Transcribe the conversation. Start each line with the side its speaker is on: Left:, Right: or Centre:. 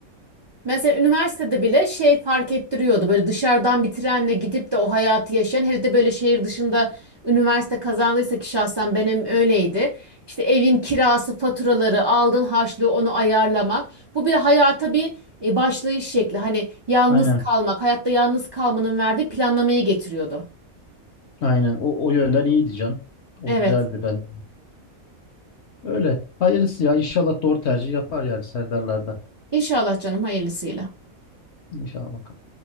Right: Mesela üniversitede bile şey fark ettiriyordu. Böyle dışarıdan bir trenle gidip de o hayatı yaşayan, hele de böyle şehir dışında üniversite kazandıysa ki şahsen benim öyleydi. İşte evin kirası, faturaları, aldığın harçlığı onu ayarlamak. Bu bir hayata bir e, başlayış şekli. Hani yalnız
Left: Aynen.
Right: kalmak, hayatta yalnız kalmanın verdiği planlamayı getiriyordu.
Left: Aynen. O, o yönden iyi diyeceğim. O
Right: Evet.
Left: güzeldi ben. Öyle. Hayırlısı ya. İnşallah doğru tercih yapar yani Serdarlar'da.
Right: İnşallah canım hayırlısıyla.
Left: İnşallah bakalım.